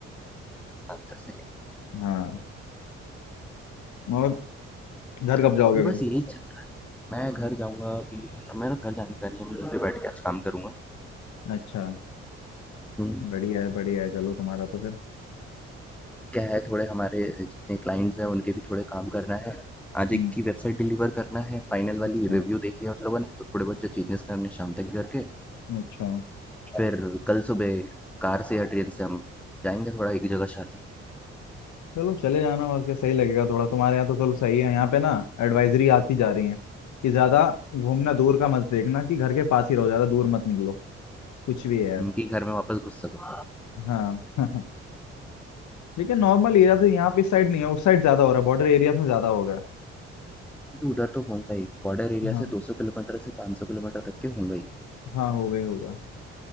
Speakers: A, in the centre; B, on the left.
A: बात तो सही
B: हाँ और घर
A: है
B: कब जाओगे
A: और बस
B: फिर
A: यही मैं घर जाऊँगा अभी मेरा घर जाने का नहीं है, मैं यहीं पे बैठ के आज काम करूँगा।
B: अच्छा
A: हुँ,
B: बढ़िया है बढ़िया है चलो तुम्हारा तो फिर
A: क्या है थोड़े हमारे जितने क्लाइंट्स हैं उनके भी थोड़े काम करना है। आज एक
B: हम्म
A: की वेबसाइट डिलीवर करना है, फाइनल वाली
B: अच्छा
A: रिव्यू देखी है उन लोगों ने तो थोड़े बहुत जो चेंजेस करने हैं शाम तक करके
B: अच्छा
A: फिर कल सुबह कार से या ट्रेन से हम जाएँगे थोड़ा एक जगह शादी
B: चलो चले जाना और क्या सही लगेगा थोड़ा तुम्हारे यहाँ तो चलो सही है यहाँ पे ना एडवाइजरी आती जा रही है कि ज्यादा घूमना दूर का मत देखना कि घर के पास ही रहो ज्यादा दूर मत निकलो कुछ भी है यार
A: उनके घर में वापस घुस सको।
B: हाँ <laughs> लेकिन नॉर्मल एरिया तो यहाँ पे इस साइड नहीं है उस साइड ज्यादा हो रहा है बॉर्डर एरियाज में ज्यादा हो गया
A: तो उधर तो होगा ही, बॉर्डर एरिया
B: है। हाँ
A: से 200 किलोमीटर से 500 किलोमीटर तक के होंगे ही,
B: हाँ हो गई होगा